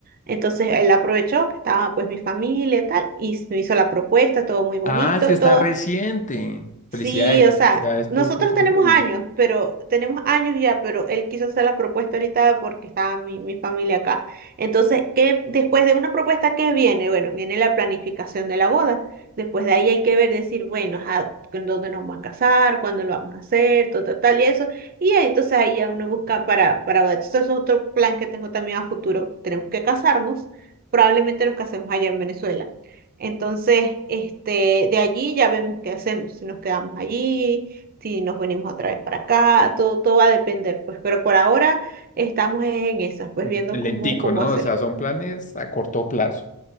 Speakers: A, on the right; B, on the left.
A: entonces él aprovechó que estaba pues mi familia y tal, y s- me hizo la propuesta, todo muy bonito
B: Ah, es que
A: y
B: está
A: todo,
B: reciente. Felicidades,
A: Sí, o sea,
B: felicidades
A: nosotros
B: por tu compromiso.
A: tenemos años, pero tenemos años ya, pero él quiso hacer la propuesta ahorita porque estaba mi, mi familia acá. Entonces, ¿qué, después de una propuesta, ¿qué viene? Bueno, viene la planificación de la boda. Después de ahí hay que ver, decir, bueno, ajá, ¿en dónde nos vamos a casar? ¿Cuándo lo vamos a hacer? Todo, tal, tal y eso. Y ahí, entonces ahí ya uno busca para, para boda. Entonces, eso es otro plan que tengo también a futuro. Tenemos que casarnos. Probablemente nos casemos allá en Venezuela. Entonces, este, de allí ya vemos qué hacemos, si nos quedamos allí, si nos venimos otra vez para acá, todo, todo va a depender, pues, pero por ahora estamos en esas, pues
B: De-
A: viendo
B: Lentico,
A: cómo, cómo
B: ¿no?
A: hacer.
B: O sea, son planes a corto plazo,